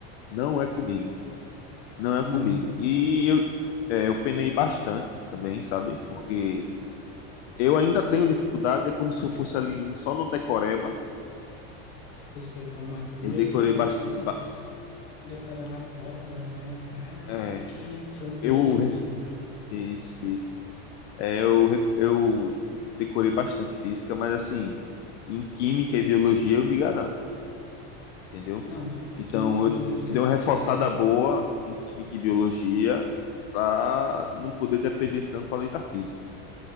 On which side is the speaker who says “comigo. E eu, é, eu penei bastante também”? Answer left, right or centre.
Left